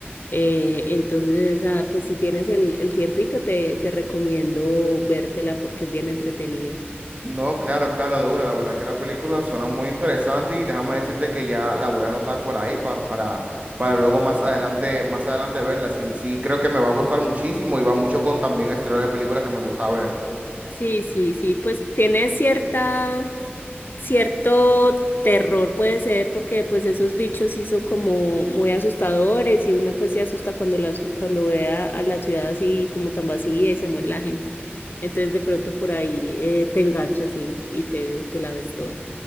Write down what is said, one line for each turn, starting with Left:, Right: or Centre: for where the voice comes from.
Left: Eh, entonces, ah, pues si tienes el, el tiempito, te, te recomiendo vértela porque es bien entretenida.
Right: No, claro, claro, de una. La verdad que la película suena muy interesante y déjame decirte que ya la voy a anotar por ahí pa- para, para luego más adelante, más adelante verla. Sí, sí, creo que me va a gustar muchísimo y va mucho con también el estilo de película que me gusta ver.
Left: Sí, sí, sí, pues tiene cierta, cierto terror puede ser, porque pues esos bichos sí son como muy asustadores y uno pues se asusta cuando la, ci- cuando ve a, a la ciudad así como tan vacía y se muere la gente. Entonces de pronto por ahí eh, te enganchas y, y te, te la ves toda.